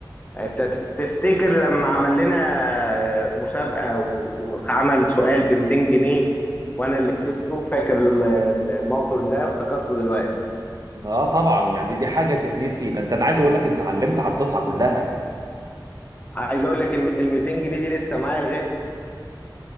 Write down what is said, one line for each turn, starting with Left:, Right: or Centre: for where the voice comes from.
Left: يعني أنت ت- تفتكر لما عمل لنا آه، مسابقة و- وعمل سؤال ب 200 جنيه وأنا اللي كسبته فاكر ال- ال- الموقف ده افتكرته دلوقتي
Right: أه طبعا يعني دي دي حاجة تتنسي ده أنت أنا عايز أقول لك أنت علمت على الدفعة كلها
Left: عايز أقول لك ال 200 جنيه دي لسه معايا لغاية